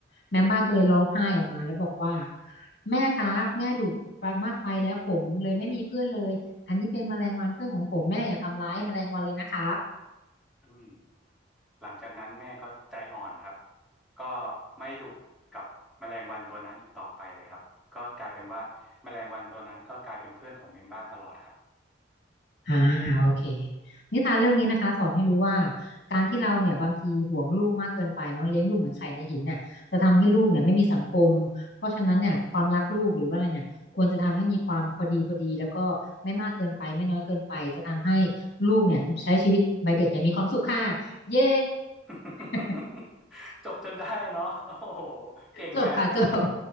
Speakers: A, on the left; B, in the centre.
A: แมมบ้าก็เลยร้องไห้ออกมาแล้วบอกว่าแม่ครับแม่ดุมากไปแล้วผมเลยไม่มีเพื่อนเลยอันนี้เป็นแมลงวันเพื่อนของผมแม่อย่าทำร้ายแมลงวันเลยนะครับ
B: อืมหลังจากนั้นแม่ก็ใจอ่อนครับก็ไม่ดุกับแมลงวันตัวนั้นอีกต่อไปเลยครับก็กลายเป็นว่าแมลงวันตัวนั้นก็กลายเป็นเพื่อนของเมมบ้าตลอดครับ
A: อ่าโอเคนิทานเรื่องนี้นะคะสอนให้รู้ว่าการที่เราเนี่ยบางทีห่วงลูกมากเกินไปเนาะเลี้ยงลูกเหมือนไข่ในหินเนี่ยจะทำให้ลูกเนี่ยไม่มีสังคมเพราะฉะนั้นเนี่ยความรักลูกหรือว่าอะไรเนี่ยควรจะทำให้มีความพอดีพอดีแล้วก็ไม่มากเกินไปไม่น้อยเกินไปจะทำให้ลูกเนี่ยใช้ชีวิตวัยเด็กอย่างมีความสุขค่ะเย้
B: <laughs>
A: <laughs>
B: จบจนได้เนาะโอ้โหเก่งอ่ะ
A: จบค่ะจบ